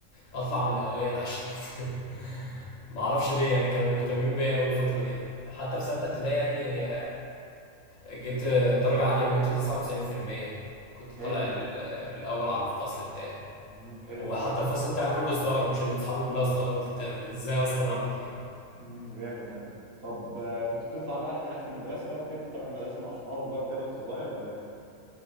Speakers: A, on the left; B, on the right.
A: أطلع من الأوائل عشان <laughs> معرفش ليه يعني كانوا مهتمين بيا أوي الفترة دي حتى في ستة ابتدائي يعني جبت درجة عالية وجبت 99% كنت
B: حلو
A: طالع ال- الأول على الفصل بتاعي
B: مم. حلو
A: وحتى
B: طبعا
A: الفصل بتاعي كله استغرب شلة صحابي كلها استغربت انت ازاي اصلا عملت كده
B: امم جامد ده طب آه، كنت بتطلع بقى رحلات في المدرسة بقى وكده تبع المدرسة مع صحابك بقى وكده وانت صغير ولا ايه؟